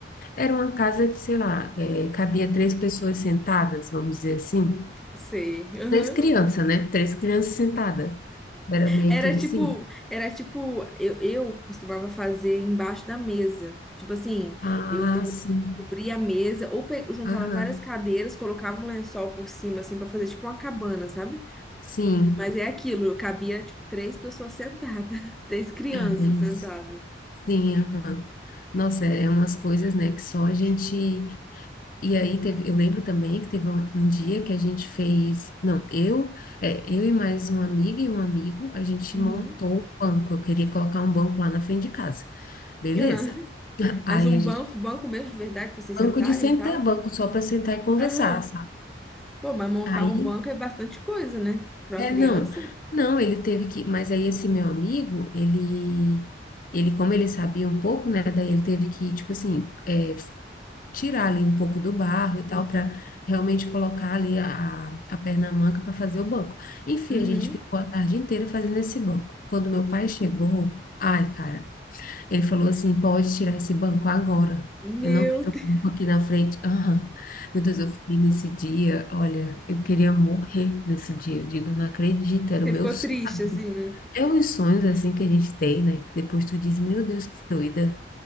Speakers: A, on the left; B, in the centre.
A: Era uma casa que, sei lá, eh, cabia três pessoas sentadas, vamos dizer assim.
B: Sei. aham.
A: Três crianças, né? Três crianças sentadas. Era meio
B: Era
A: que
B: tipo,
A: assim.
B: era tipo, eu, eu costumava fazer embaixo da mesa. Tipo assim,
A: Ah,
B: eu
A: sim.
B: cobria a mesa ou pe- eu juntava
A: Aham.
B: várias cadeiras, colocava um lençol por cima assim pra fazer tipo uma cabana, sabe?
A: Sim,
B: Mas é aquilo, cabia tipo três pessoas sentadas, <laughs> três crianças
A: é, Lins.
B: sentadas.
A: sim, aham. Nossa, é umas coisas, né, que só a gente. E aí teve, eu lembro também que teve um, um dia que a gente fez, não, eu, é, eu e mais uma amiga e um amigo, a gente
B: Uhum.
A: montou um banco. Eu queria colocar um banco lá na frente de casa, beleza?
B: Aham.
A: <laughs> Aí
B: Mas um
A: a gente,
B: banco, banco mesmo de verdade pra vocês
A: banco
B: sentarem
A: de sentar,
B: e tal?
A: banco só para sentar e conversar,
B: Aham.
A: sabe?
B: Pô, mas montar
A: Aí
B: um banco é bastante coisa, né? Pra
A: É,
B: uma criança.
A: não. Não, ele teve que, mas aí esse meu amigo, ele, ele como ele sabia um pouco, né, daí ele teve que, tipo assim, é, tirar ali um pouco do barro e tal, para realmente colocar ali a, a perna manca para fazer o banco. Enfim,
B: Uhum.
A: a gente ficou a tarde inteira fazendo esse banco. Quando meu pai chegou, ai, cara. Ele falou assim: pode tirar esse banco agora.
B: Meu
A: Eu não quero
B: Deus,
A: o banco aqui na frente. Aham. Meu Deus, eu fiquei nesse dia. Olha, eu queria morrer nesse dia. Eu digo, eu não acredito, era
B: você
A: o meu
B: ficou
A: sonho.
B: triste, assim, né?
A: É uns sonhos assim que a gente tem, né? Que depois tu diz: meu Deus, que doida.